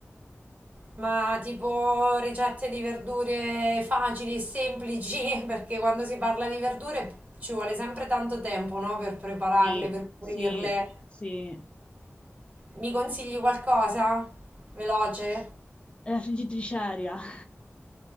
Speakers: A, on the right; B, on the left.
A: ma tipo ricette di verdure facili e semplici, <laughs> perché quando si parla di verdure ci vuole sempre tanto tempo, no? Per prepararle,
B: Sì,
A: per pulirle.
B: sì, sì.
A: Mi consigli qualcosa? Veloce?
B: La friggitrice aria. <laughs>